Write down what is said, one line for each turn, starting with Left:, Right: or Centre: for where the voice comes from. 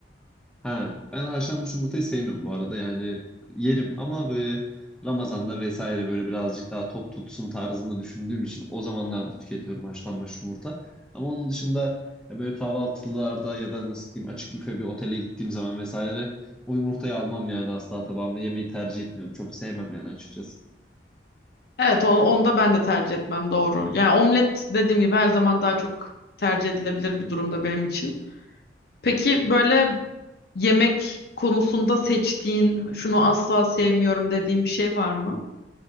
Centre: Ha, ben haşlanmış yumurtayı sevmiyorum bu arada yani yerim ama böyle Ramazan'da vesaire böyle birazcık daha tok tutsun tarzında düşündüğüm için o zamanlarda tüketiyorum haşlanmış yumurta. Ama onun dışında ya böyle kahvaltılarda ya da nasıl diyeyim açık büfe bir otele gittiğim zaman vesaire o yumurtayı almam yani asla tabağıma yemeyi tercih etmiyorum. Çok sevmem yani açıkçası.
Left: Evet, o- onu da ben de tercih etmem doğru. Yani omlet dediğim gibi her zaman daha çok tercih edilebilir bir durumda benim için. Peki böyle yemek konusunda seçtiğin, şunu asla sevmiyorum dediğin bir şey var mı?